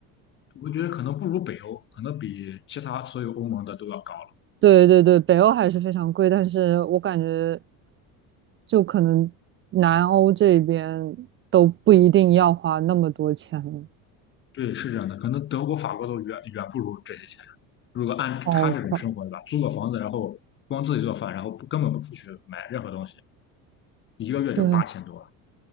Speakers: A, on the left; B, on the right.
A: 我觉得可能不如北欧，可能比其他所有欧盟的都要高。
B: 对对对，北欧还是非常贵，但是我感觉就可能南欧这边都不一定要花那么多钱了，
A: 对，是这样的，可能德国、法国都远远不如这些钱。如果按他这种生活，
B: 好快，
A: 对吧？租个房子，然后光自己做饭，然后不根本不出去买任何东西，一个月就八千多，
B: 对，